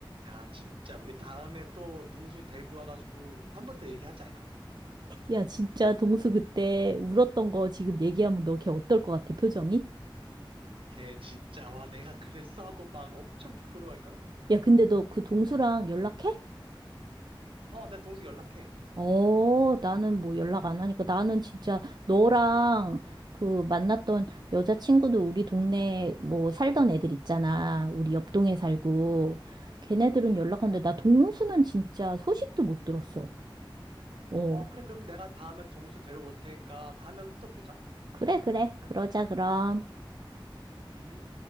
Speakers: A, on the right; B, on the right.
A: 야, 진짜. 우리 다음에 또 동수 데리고 와가지고 한 번 더 얘기하자, 이거.
B: 야, 진짜 동수 그때 울었던 거 지금 얘기하면 너 걔 어떨 것 같아, 표정이?
A: 걔 진짜, 와, 내가 그랬어 하고 막 엄청 부끄러워할걸?
B: 야, 근데 너 그 동수랑 연락해?
A: 어, 내가 동수 연락해.
B: 어, 나는 뭐 연락 안 하니까 나는 진짜 너랑 그 만났던 여자친구도 우리 동네 뭐 살던 애들 있잖아. 우리 옆 동에 살고. 걔네들은
A: 음.
B: 연락하는데 나 동수는 진짜 소식도 못 들었어. 어.
A: 어, 그래. 그럼 내가 다음에 동수 데리고 올 테니까 다음에 또 보자.
B: 그래, 그래. 그러자, 그럼.
A: 음.